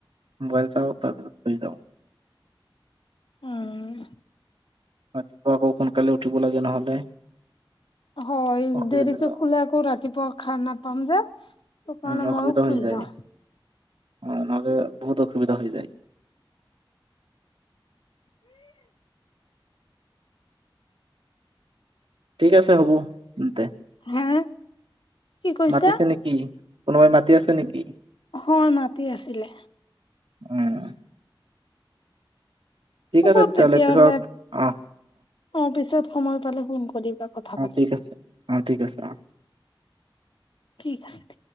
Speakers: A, on the right (about 80°); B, on the left (about 70°).
A: মোবাইল চাওঁ তাৰ পিছত শুই যাওঁ।
B: উম।
A: ৰাতিপুৱা আকৌ সোনকালে উঠিব লাগে নহলে।
B: হয়
A: অসুবিধা
B: দেৰিকে শুলে আকৌ ৰাতিপুৱা সাৰ নাপাম যে। কাৰণে
A: উম অসুবিধা
B: মইও শুই
A: হৈ যায়,
B: যাওঁ
A: অ', নহলে বহুত অসুবিধা হৈ যায়।
B: উম।
A: ঠিক আছে হ'ব তেন্তে,
B: হা কি কৈছা
A: মাতিছে নেকি? কোনোবাই মাতি আছে? নেকি?
B: হয় মাতি আছিলে।
A: উম। ঠিক আছে
B: হ'ব তেতিয়াহ'লে।
A: পিছত অ'
B: অ', পিছত সময় পালে ফোন কৰিবা কথা
A: অ'
B: পাতিম।
A: ঠিক আছে অ' ঠিক আছে অ'।
B: ঠিক আছে।